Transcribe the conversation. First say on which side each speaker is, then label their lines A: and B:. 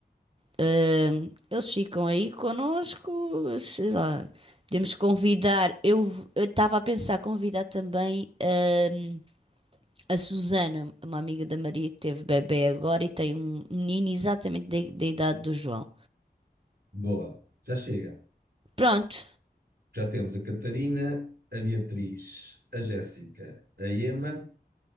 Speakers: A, on the right; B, on the right.
A: Ahm, eles ficam aí connosco, sei lá. Podemos convidar. Eu estava a pensar convidar também ahm, a Susana, uma amiga da Maria que teve bebê agora e tem um menino exatamente da da idade do João.
B: Boa, já chega.
A: Pronto,
B: Já temos a Catarina, a Beatriz, a Jéssica, a Ema